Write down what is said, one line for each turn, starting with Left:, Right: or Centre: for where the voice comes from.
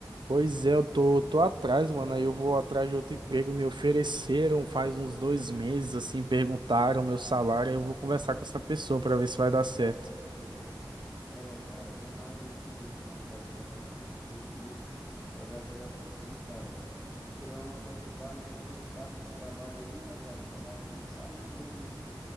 Right: Pois é, eu tô, tô atrás, mano. Aí eu vou atrás de outro emprego. Me ofereceram faz uns dois meses, assim, perguntaram meu salário. Aí eu vou conversar com essa pessoa pra ver se vai dar certo.
Centre: É, cara, tomara Deus que dê então, cara. Eu Tô sendo por ti aqui pra dar certo sim, cara. Porque querendo ou não, como tu tá meio frustrado nesse trabalho aí, né, cara? Tá na hora de sair mesmo, né?